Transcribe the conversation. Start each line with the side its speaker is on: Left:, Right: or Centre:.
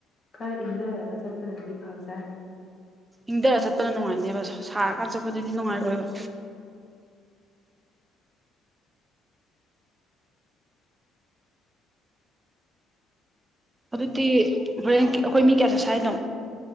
Left: ꯈꯔ ꯏꯪꯊꯔꯒ ꯆꯠꯄꯗꯗꯤ ꯐꯕꯖꯥꯠꯅꯤ
Right: ꯏꯪꯗꯔ ꯆꯠꯄꯅ ꯅꯨꯡꯉꯥꯏꯅꯦꯕ ꯁꯥꯔꯀꯥꯟꯗ ꯆꯠꯄꯗꯨꯗꯤ ꯅꯨꯡꯉꯥꯏꯔꯣꯏꯕ ꯑꯗꯨꯗꯤ ꯍꯣꯔꯦꯟ ꯑꯈꯣꯏ ꯃꯤ ꯀꯌꯥ ꯆꯠꯁꯦ ꯍꯥꯏꯅꯣ